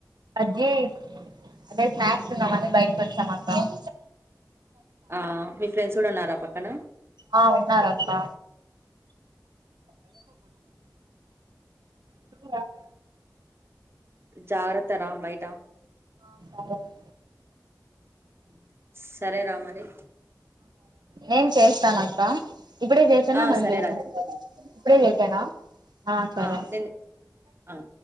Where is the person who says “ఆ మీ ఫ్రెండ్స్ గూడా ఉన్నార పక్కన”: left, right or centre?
Right